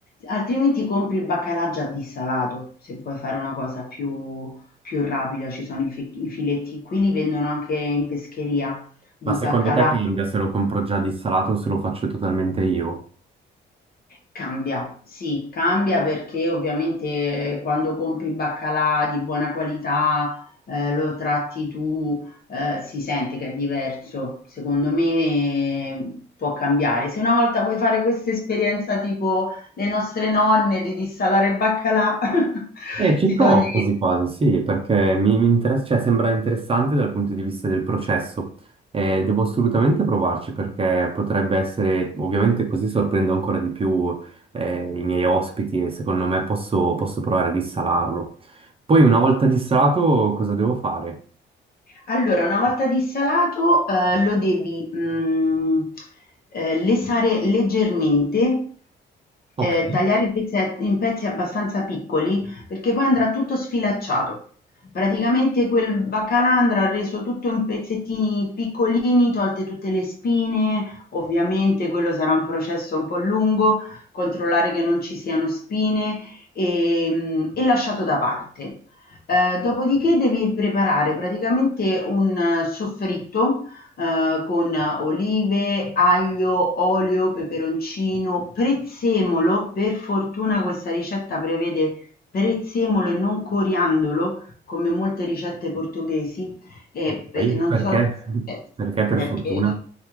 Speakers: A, on the left (about 50°); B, on the right (about 30°).
A: Altrimenti compri il baccalà già dissalato, se vuoi fare una cosa più, più rapida, ci sono i, fi- i filetti, qui li vendono anche in pescheria di
B: ma secondo
A: baccalà,
B: te cambia se lo compro già dissalato o se lo faccio totalmente io?
A: cambia, sì, cambia perché ovviamente eh, quando compri baccalà di buona qualità, eh, lo tratti tu, eh, si sente che è diverso, secondo me eh, può cambiare. Se una volta vuoi fare questa esperienza tipo le nostre nonne di dissalare baccalà, <laughs>
B: Eh, ci
A: ti
B: provo
A: togli
B: quasi quasi, sì, perché mi, mi interessa, cioè, sembra interessante dal punto di vista del processo. Eh, devo assolutamente provarci perché potrebbe essere, ovviamente così sorprendo ancora di più eh, i miei ospiti e secondo me posso, posso provare a dissalarlo. Poi una volta dissalato cosa devo fare?
A: Allora, una volta dissalato, ehm, lo devi, mhmm, ehm, lesare leggermente,
B: Ok.
A: ehm, tagliare pezze in pezzi abbastanza piccoli, perché poi andrà tutto sfilacciato. Praticamente quel baccalà andrà reso tutto in pezzettini piccolini, tolte tutte le spine, ovviamente quello sarà un processo un po' lungo, controllare che non ci siano spine, ehm, e lasciato da parte. Ehm, dopodiché devi preparare praticamente un eh, soffritto, ehm, con olive, aglio, olio, peperoncino, prezzemolo. Per fortuna questa ricetta prevede prezzemolo e non coriandolo, come molte ricette portoghesi, e
B: Ok,
A: pe non
B: perché?
A: so eh,
B: Perché per
A: perché
B: fortuna